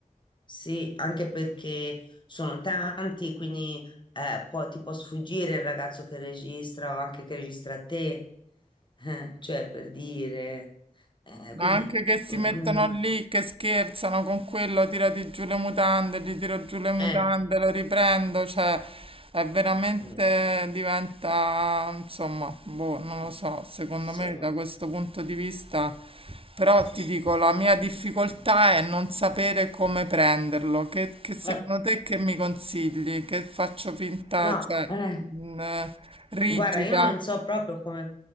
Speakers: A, on the left; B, on the right.
A: sì, anche perché sono tanti, quindi eh, può- ti può sfuggire il ragazzo che registra o anche che registra te, eh, cioè per dire. eh,
B: Ma
A: quindi,
B: anche che si
A: mm,
B: mettono
A: mm,
B: lì, che scherzano con quello, tirati giù le mutande, gli tiro giù le mutande,
A: eh,
B: lo riprendo, cioè è veramente
A: mm.
B: diventa, insomma, boh, non lo so, secondo
A: Sì.
B: me da questo punto di vista, però ti dico, la mia difficoltà è non sapere come prenderlo, che, che secondo
A: Eh,
B: te che mi consigli? Che faccio finta,
A: no,
B: cioè,
A: eh,
B: mh, eh, rigida,
A: Guarda, io non so proprio come,